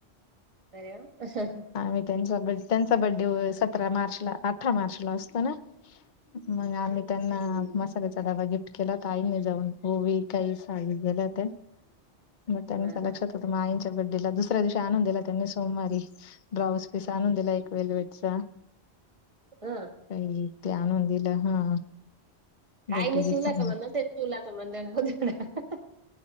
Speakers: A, on the right (about 30°); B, on the left (about 50°).
A: अरे वा असं
B: आ मी त्यांचा ब त्यांचा बड्डे सतरा मार्चला अठरा मार्चला असतो ना? मग आम्ही त्यांना
A: हम्म.
B: मसाला डबा गी फ्ट केला होता आईनी जाऊन ओवी का सवि गेल्या होत्या मग त्यांच्या
A: हा हा
B: लक्ष्यात मग आईच्या बड्डेला दुसऱ्या दिवशी आणून दिला त्यांनी सोमवारी. ब्राऊज पीस आणून दिला एक वेलवेटचा.
A: अ.
B: काही ते आण आणून दिलं हा. बड्डे
A: आईनी
B: गिफ्ट
A: शिवला
B: म्हणून
A: का म्हण ठेव तुला म्हणलं राहूदे तुला.